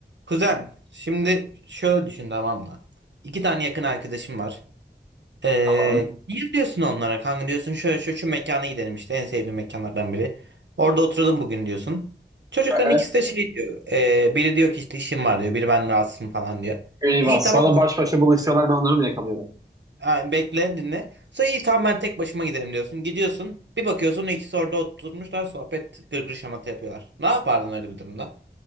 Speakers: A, on the right; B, on the right.
A: Kuzen, şimdi şöyle düşün tamam mı? İki tane yakın arkadaşım var. Ee,
B: Tamam.
A: bir diyorsun onlara kanka diyorsun şöyle şöyle şu mekana gidelim işte en sevdiğim mekanlardan biri. Orada oturalım bugün diyorsun. Çocukların
B: Aha.
A: ikisi de şey diyor. ee, biri diyor ki işte işim var diyor. Biri ben rahatsızım falan diyor.
B: Eyvah.
A: İyi
B: Sonra
A: tamam
B: baş başa buluşuyorlar ben onları mı yakalıyorum?
A: ha, bekle dinle. Sonra iyi tamam ben tek başıma gidelim diyorsun. Gidiyorsun bir bakıyorsun ikisi orada oturmuşlar sohbet gırgır şamata yapıyorlar. Ne yapardın öyle bir durumda?